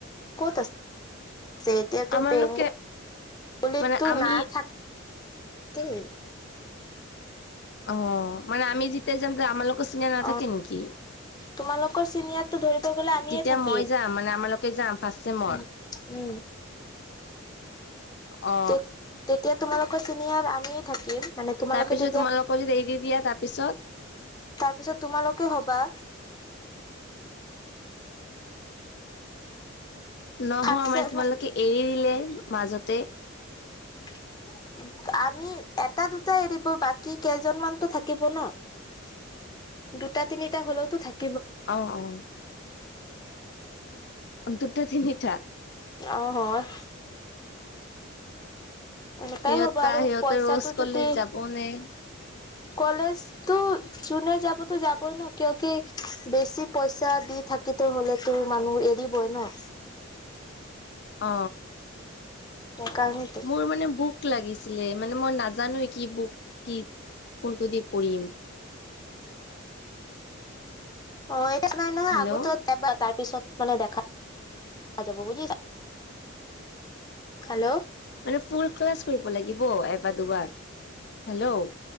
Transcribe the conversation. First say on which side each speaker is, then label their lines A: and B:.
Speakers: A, on the left (about 20°); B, on the left (about 55°).
A: ক'ত আছে এতিয়াতো
B: আমালোকে
A: বেংগলংগলীতো
B: মানে আমি
A: না থাক কে।
B: অ মানে আমি যাম যে আমাৰ লগত চিনিয়াৰ নাথাকে
A: অ
B: নেকি।
A: তোমালোকৰ চিনিয়ৰটো ধৰিব গলে আমিয়ে
B: যেতিয়া
A: থাকিম
B: মই যাম মানে আমালোকে যাম ফাৰ্ষ্ট চেমৰ
A: উ। উম।
B: অ
A: তে তেতিয়া তোমালোকৰ চিনিয়াৰ আমিয়ে থাকিম। মানে তোমালোকে
B: তাৰপিছত
A: তেতিয়া
B: তোমালোকৰ যদি এৰি দিয়া তাৰপিছত
A: তাৰপিছত তোমালোকে হবা।
B: নহয়
A: ফাৰ্ষ্ট
B: মানে
A: চেমত
B: তোমালোকে এৰি দিলে মাজতে।
A: <inaudible> আমি এটা দুটাই এৰিব বাকী কেইজনমানতো থাকিব ন। দুটা তিনিটা হলেওতো থাকি।
B: অ অ। দুটা তিনিটা।
A: অহ সেইকোৱাই
B: সিহঁতা
A: হ'ব আৰু
B: সিহঁতে
A: পইচাটো
B: ৰ'জ কলেজ
A: যদি।
B: যাব নে
A: কলেজতো যোনে যাবতো যাবই ন কিয় কি বেছি পইচা দি থাকিতো হলেতো মানুহটো এৰিবই ন।
B: অ।
A: সেইকাৰণেতো।
B: মোৰ মানে বুক লাগিছে ছিলে মানে মই নাজানোে কি বুক কি কোনটো দি পঢ়িম।
A: অ এতিয়া নাই নহয়
B: হেল্ল'
A: আগতো এবাৰ তাৰ পিছত মানে দেখা যাব বুজিছা হেল্ল'
B: মানে ফুল ক্লাছ কৰিব লাগিব এবাৰ দুবাৰ হেল্ল'